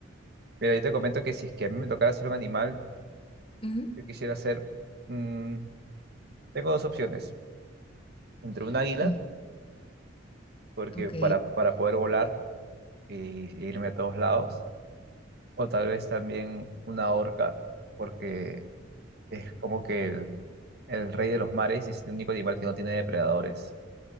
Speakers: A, on the right (about 55°); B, on the left (about 30°).
A: Mira, yo te comento que si es que a mí me tocara ser un animal,
B: Ujú,
A: yo quisiera ser... mm, tengo dos opciones. Entre un águila,
B: ujú.
A: porque
B: Ok,
A: para, para poder volar y, y irme a todos lados, o tal vez también una orca, porque es como que el, el rey de los mares y es el único animal que no tiene depredadores.